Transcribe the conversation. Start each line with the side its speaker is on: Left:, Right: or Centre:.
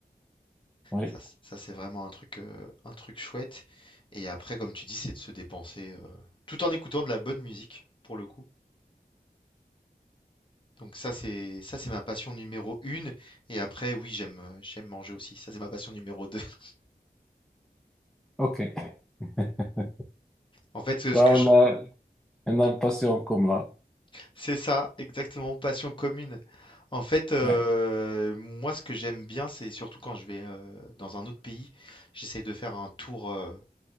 Centre: Oui,
Left: Ça c ça c'est vraiment un truc, heu, un truc chouette et après, comme tu dis, c'est de se dépenser, heu, tout en écoutant de la bonne musique, pour le coup. Donc ça, c'est ça, c'est ma passion numéro une. et après, oui, j'aime, heu, j'aime manger aussi. Ça, c'est ma passion numéro deux. <laughs>
Centre: OK. <laughs>
Left: En fait, ce
Centre: Ben,
Left: que
Centre: on
Left: je
Centre: a, on a
Left: dis
Centre: une passion en commun.
Left: C'est ça, exactement, passion commune. En fait, heu,
Centre: Ouais,
Left: moi, ce que j'aime bien, c'est surtout quand je vais, heu, dans un autre pays, j'essaye de faire un tour, euh,